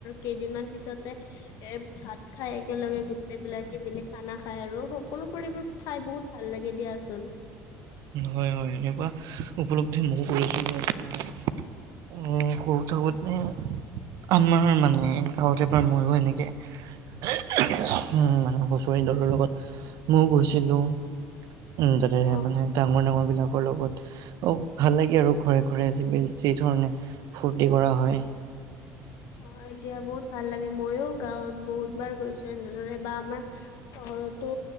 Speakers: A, on the left; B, on the right.
A: কেইদিনমান পিছতে এ ভাত খাই একেলগে গোটেই বিলাকে মিলি খানা খাই আৰু সকলোবোৰ এইবোৰ চাই বহুত ভাল লাগে দিয়াচোন।
B: হয় হয়, এনেকুৱা উপলব্ধি মইও কৰিছিলো যে মানে সৰু থাকোঁতে আমাৰ মানে গাঁৱত এবাৰ মইও এনেকে উম মানে হুচৰি দলৰ লগত মইও গৈছিলো। উম তাতে
A: অ',
B: মানে ডাঙৰ ডাঙৰ বিলাকৰ লগত অ ভাল লাগে আৰু ঘৰে ঘৰে যি যি ধৰণে ফূৰ্তি কৰা হয়।
A: হয় দিয়া বহুত ভাল লাগে মইও গাঁৱত বহুত বাৰ গৈছো এনেদৰে বা আমাৰ চহৰতো